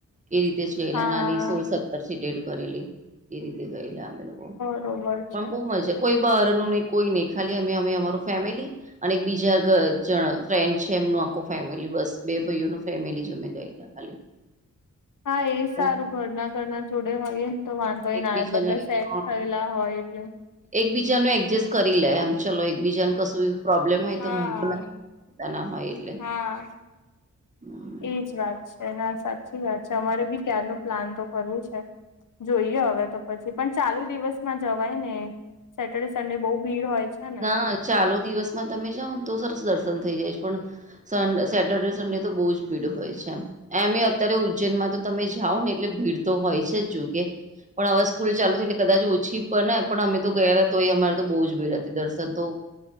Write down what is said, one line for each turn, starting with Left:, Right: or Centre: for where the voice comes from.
Right: એ રીતે જોયેલા
Left: હા
Right: નાની સોળ સ ેટ કરેલી એ રીતે ગયેલા અમે લોકો
Left: બરોબર
Right: પણ
Left: છે
Right: બહ મજા કોઈ બહાર નું નહી. કોઈ નહી ખાલી અમે અમે અમારું ફેમિલી અને એક બીજા જણ ફ્રેન્ડ છે એમનો આખો ફેમિલી બસ બે ભાઈઓનું ફેમિલી જ અમે ગયેલી ખાલી
Left: હા એ સારું
Right: હમ
Left: ઘરના ઘરના જોડે હોય ને તો વાંધો હોયને
Right: એકબીજાને
Left: બધા સેટ
Right: હા
Left: થયેલા હોય એટલે
Right: એકબીજાનું એડજસ્ટ કરીલે આમ ચાલ એકબીજાને કસ બી પ્રોબ્લેમ હોય
Left: હા
Right: તોં વાંધો ના પતા ના હોય એટલે
Left: હા
Right: હ
Left: એજ વાત છે ના સાચી વાત છે અમારે બી કલ ન પ્લાન તો કરવું છે જોઈએ હવે તો પછી પણ ચાલુ દિવસમાં જવાય ને. સેટરડે સંન્ડે બહુ ભીડ હોય છે ને.
Right: હા ચાલો દિવસમાં તમે જાઓ ને તો સરસ દર્શન થઇ જાયશ પણ સ સેટર્ડે સન્ડે તો બહુ જ પીડ હોય છે એમ. એમે અત્યારે ઉજ્જૈનમાં તો તમે જાઓ ને એટલે ભીડ તો હોય છે જ જોકે. પણ હવા સ્કૂલ ચાલુ છે એટલેદાચ ઓછી પણ ને પણ અમે તો ગયા હતા તોય અમા તો બહુ જ ભીડ હતી. દર્શન તો